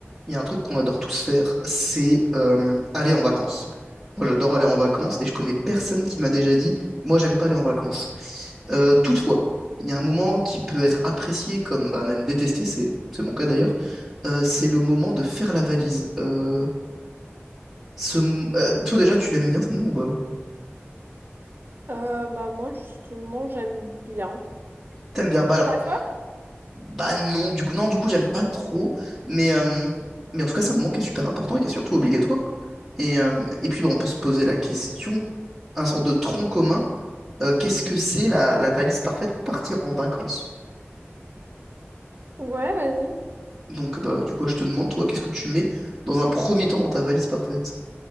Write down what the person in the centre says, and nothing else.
il y a un truc qu'on adore tous faire, c'est euh, aller en vacances. Moi, j'adore aller en vacances et je connais personne qui m'a déjà dit, moi, j'aime pas aller en vacances. Euh, toutefois, il y a un moment qui peut être apprécié comme bah, même détesté, c'est c'est mon cas d'ailleurs, euh, c'est le moment de faire la valise. Euh, ce, m- euh, toi déjà, tu l'aimes bien ce moment? ou pas
T'aimes bien? Bah alors,
bah non, du coup, non, du coup, j'aime pas trop, mais, euh, mais en tout cas, c'est un moment qui est super important et qui est surtout obligatoire. Et, euh, et puis, bon on peut se poser la question, un sort de tronc commun. euh, qu'est-ce que c'est la, la valise parfaite pour partir en vacances?
Donc, bah, du coup, je te demande, toi, qu'est-ce que tu mets dans un premier temps dans ta valise parfaite?